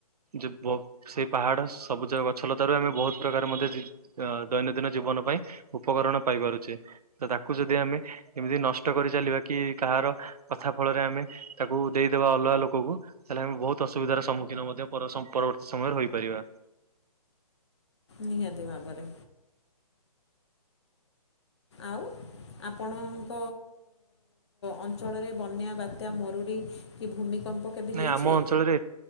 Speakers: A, on the right (about 80°); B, on the left (about 45°).
A: ଯେ ବ ସେଇ ପାହାଡ଼ ସବୁଜ ଗଛଲତାରୁ ଆମେ ବହୁତ ପ୍ରକାର ମଧ୍ୟ ଜି ଅ ଦୈନନ୍ଦିନ ଜୀବନ ପାଇଁ ଉପକରଣ ପାଇପାରୁଛେ। ତ ତାକୁ ଯଦି ଆମେ ଏମିତି ନଷ୍ଟ କରି ଚାଲିବା କି କାହାର କଥା ଫଳରେ ଆମେ ତାକୁ ଦେଇଦବା ଅଲଗା ଲୋକକୁ ତାହେଲେ ଆମେ ବହୁତ୍ ଅସୁବିଧାର ସମ୍ମୁଖୀନ ମଧ୍ୟ ପରବର୍ତ୍ତୀ ସମୟରେ ହୋଇପାରିବା।
B: ନିହାତି ଭାବରେ ଆଉ? ଆପଣଙ୍କ ଅଞ୍ଚଳରେ ବନ୍ୟା ବାତ୍ୟା ମରୁଡ଼ି କି ଭୂମିକମ୍ପ କେବେ ହେଇଛି
A: ନାଇଁ ଆମ ଅଞ୍ଚଳରେ